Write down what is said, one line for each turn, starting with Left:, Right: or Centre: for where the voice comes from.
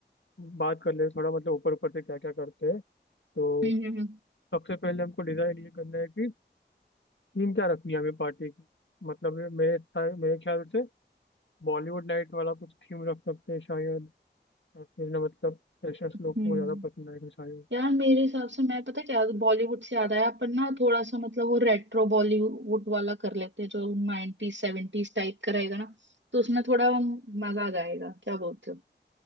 Left: बात कर ले थोड़ा मतलब ऊपर ऊपर से क्या क्या करते हैं तो
Right: हम्म हम्म हम्म
Left: सबसे पहले हमको डिसाइड ये करना है कि थीम क्या रखनी है हमें पार्टी की मतलब ये मेरे सा- मेरे ख्याल से बॉलीवुड नाइट वाला कुछ थीम रख सकते हैं शायद या फिर ना मतलब फ्रेशर्स
Right: हम्म।
Left: लोग को ज़्यादा पसंद आएगा शायद
Right: यार मेरे हिसाब से मैं पता क्या बॉलीवुड से याद आया अपन ना थोड़ा सा मतलब वो रेट्रो बॉलीवुड वाला कर लेते हैं जो 90s 70s टाइप का रहेगा ना तो उसमें थोड़ा मजा आ जाएगा क्या बोलते हो